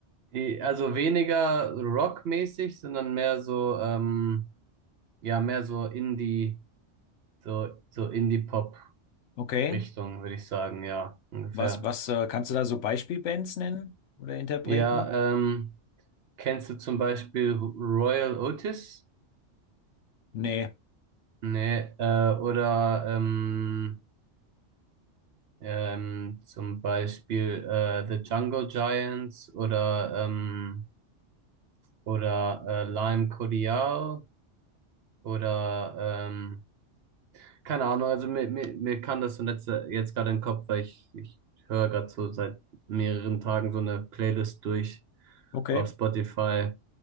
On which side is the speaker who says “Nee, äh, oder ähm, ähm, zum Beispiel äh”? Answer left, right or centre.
Right